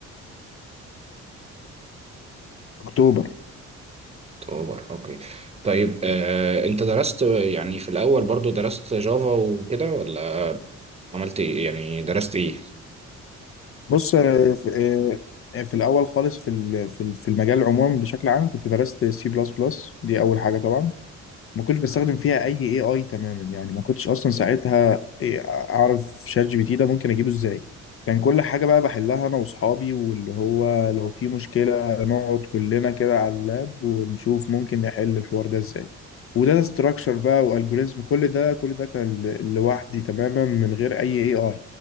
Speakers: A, on the left (about 45°); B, on the right (about 20°).
A: في اكتوبر
B: اكتوبر اوكي طيب آه، انت درست يعني في الاول برضو درست جافا وكده ولا عملت ايه يعني درست ايه
A: بص آه، في, آه، في الاول خالص في ال- في ال- في المجال عموما بشكل عام كنت درست سي بلس بلس دي اول حاجه طبعا ما كنتش بستخدم فيها اي اي اي تماما يعني ما كنتش اصلا ساعتها إيه، اعرف شات جي بي تي ده ممكن اجيبه ازاي كان كل حاجه بقى بحلها انا واصحابي واللي هو لو في مشكله نقعد كلنا كده على اللاب ونشوف ممكن نحل الحوار ده ازاي وده ستراكشر بقى والجوريزم كل ده كل ده كان ل- لوحدي تماما من غير اي اي اي